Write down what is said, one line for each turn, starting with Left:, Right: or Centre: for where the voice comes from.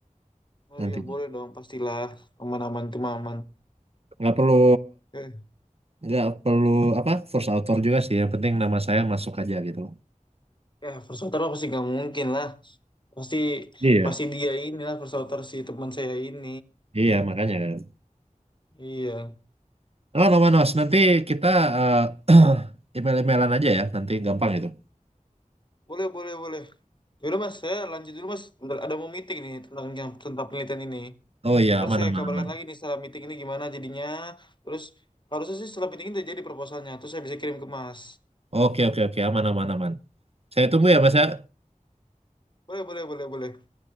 Left: Oh
Right: nantinya.
Left: iya boleh dong pastilah aman aman tuh mah aman.
Right: Nggak perlu
Left: Oke.
Right: nggak perlu apa first author juga sih, yang penting nama saya masuk aja gitu.
Left: Ya first outer mah pasti nggak mungkin lah. Pasti
Right: Iya,
Left: pasti dia inilah first outer si teman saya ini.
Right: iya makanya kan.
Left: Iya,
Right: Oh, no, Manos, nanti kita eh, <clears throat> email-emailan aja ya, nanti gampang itu.
Left: boleh boleh boleh. Yaudah mas, saya lanjut dulu mas. Bentar, ada mau meeting nih tentang yang tentang penelitian ini.
Right: Oh iya,
Left: Ntar
Right: aman,
Left: saya
Right: aman,
Left: kabarkan
Right: aman.
Left: lagi nih setelah meeting ini gimana jadinya. Terus harusnya sih setelah meeting ini udah jadi proposalnya. Terus saya bisa kirim ke mas.
Right: Oke, oke, oke, aman, aman, aman. Saya tunggu ya, Mas ya.
Left: Boleh, boleh, boleh, boleh.